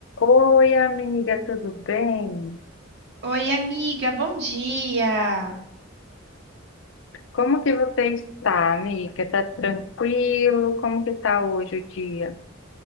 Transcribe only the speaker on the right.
Oi, amiga, bom dia.